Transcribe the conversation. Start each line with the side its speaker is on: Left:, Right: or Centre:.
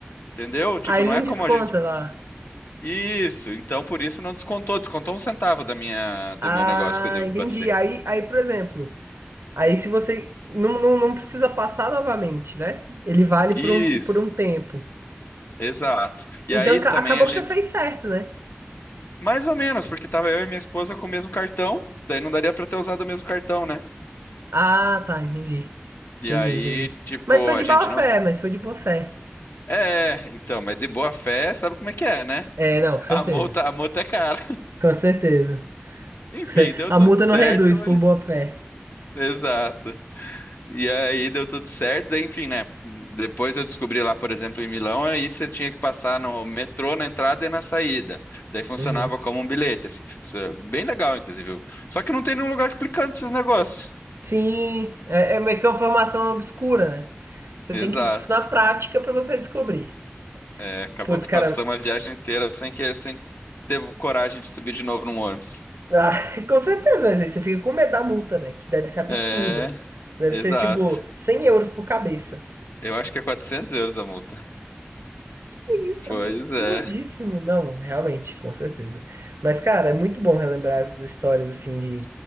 Left: entendeu? Tipo,
Right: Aí
Left: não
Right: ele não
Left: é
Right: desconta
Left: como a gente.
Right: lá.
Left: Isso, então por isso não descontou, descontou um centavo da minha, do
Right: Ah,
Left: meu negócio quando eu
Right: entendi.
Left: passei.
Right: Aí, aí, por exemplo, aí se você não, não, não precisa passar novamente, né? Ele vale por
Left: Isso,
Right: um, por um tempo.
Left: exato. E
Right: Então
Left: aí
Right: ca-
Left: também
Right: acabou
Left: a gente
Right: que você fez certo, né?
Left: Mais ou menos, porque tava eu e minha esposa com o mesmo cartão, daí não daria pra ter usado o mesmo cartão, né?
Right: Ah, tá, entendi.
Left: E
Right: Entendi,
Left: aí,
Right: entendi.
Left: tipo,
Right: Mas foi
Left: a
Right: de
Left: gente
Right: boa fé,
Left: não se.
Right: mas foi de boa fé.
Left: É, então, mas de boa fé, sabe como é que é, né?
Right: É, não, com certeza.
Left: A multa, a multa é cara.
Right: Com certeza.
Left: <laughs> Enfim,
Right: <laughs>
Left: deu
Right: A
Left: tudo
Right: multa
Left: certo,
Right: não reduz
Left: mas...
Right: por boa fé.
Left: Exato. E aí deu tudo certo, daí, enfim, né? Depois eu descobri lá, por exemplo, em Milão, aí você tinha que passar no metrô na entrada e na saída. Daí funcionava
Right: Uhum.
Left: como um bilhete, assim, bem legal, inclusive. Só que não tem nenhum lugar explicando esses negócios.
Right: Sim, é, é meio que uma formação obscura, né? Você
Left: Exato.
Right: tem que ir na prática pra você descobrir.
Left: É, acabou
Right: Putz,
Left: que
Right: cara,
Left: passamos a viagem inteira sem que sem ter coragem de subir de novo num ônibus.
Right: ah, <laughs> com certeza, mas aí você fica com medo da multa, né? Que deve ser absurda.
Left: É,
Right: Deve
Left: exato.
Right: ser tipo 100 euros por cabeça.
Left: Eu acho que é 400 euros a multa.
Right: Que Isso,
Left: Pois
Right: absurdíssimo.
Left: é,
Right: Não, realmente, com certeza. Mas, cara, é muito bom relembrar essas histórias assim de,